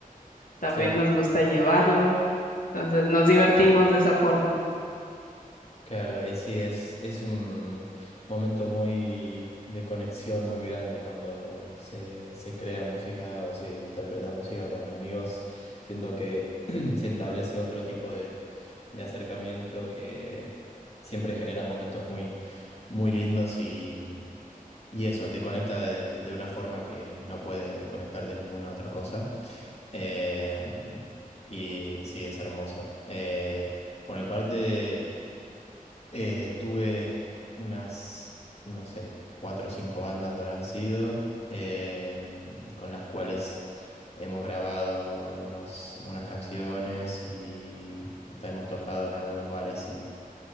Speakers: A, on the left; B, on the left.
A: también
B: Sí,
A: nos gusta llevarlo. Entonces, nos divertimos de esa forma.
B: claro, y sí, es, es un momento muy de conexión muy grande cuando se, se crea música o se interpreta música con amigos. Siento que <clears throat> se establece otro tipo de, de acercamiento que siempre genera momentos muy muy lindos y, y eso, te conecta de, de una forma que no puede conectarte ninguna otra cosa. Eh, y sí, es hermoso. Eh, por mi parte, eh, tuve unas, no sé, cuatro o cinco bandas habrán sido, eh, con las cuales... Hemos grabado algunos, algunas canciones y hasta hemos tocado en algunos bares